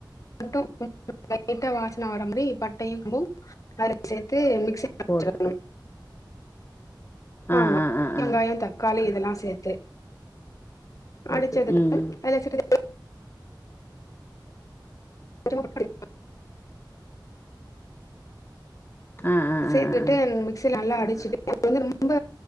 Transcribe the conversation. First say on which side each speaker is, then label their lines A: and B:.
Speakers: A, on the left; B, on the left.
A: <unintelligible> லைட்டா வாசன வர மாதிரி பட்டையூ <unintelligible> நரீக் சேர்த்து மிக்சில <unintelligible>
B: போட்டு
A: ம்
B: ஆ
A: ஆமா
B: ஆ ஆ ஆ
A: யோம் தக்காளி இதெல்லா சேத்து
B: சேத்து
A: அடிச்சதுக்கப்றோ
B: ம்
A: எல்லா சேத்து <unintelligible>
B: ஆ ஆ
A: சேர்த்துட்டு
B: ஆ ஆ ஆ
A: மிக்சிய நல்லா அடிச்சிட்டு வந்து ரொம்ப